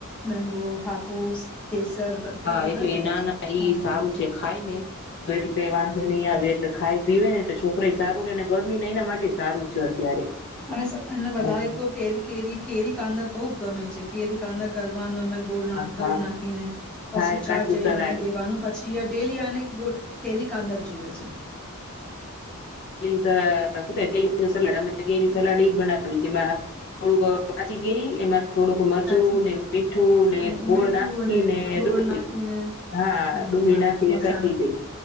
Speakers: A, in the centre; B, on the left.
A: મેંગો હાપુસ કેસર બધા
B: હા
A: બધા
B: એટલે
A: ખાય
B: ઈ નાના
A: છે
B: ઈ
A: મારા
B: સારું
A: ઘરે તો
B: છે ખાય ને એટલે વાંધો નહીં આવ એ ખાય પીવે ને તો છોકરાય સારું ને એન ઘ ને એના માટે ય સારું છે અત્યારે.
A: અને સ અ એને વધારે
B: હા
A: તો કેરી-કેરી-કેરી કાંદા બવ ગમે છે કેરી કાંદા કર વાનું અમે ગોળ ના
B: હા
A: ગોળ નાખીને પછી
B: હા એ
A: ચાટ
B: કાચું
A: જેવી
B: સલાડ
A: બનાવી દેવાનું પછ છીએ ડેલી આને ગો કેરી કાંદ જ જોવે છે.
B: સલાડ અ શું કે સલાડ અમે ઈ સલાડ બનાવી જેમાં અ થોડુંક કાચી કેરી એમાં થોડુંક મરચું
A: કાચી
B: ને મીઠું ને
A: અને
B: ગોળ
A: મીઠું
B: નાખીને
A: અને
B: અ
A: ગોળ
B: ડુંગળી,
A: નાખીને
B: હા
A: હમ,
B: ડુંગળી
A: હા
B: નાખીને
A: મસાલા
B: કરી દઈ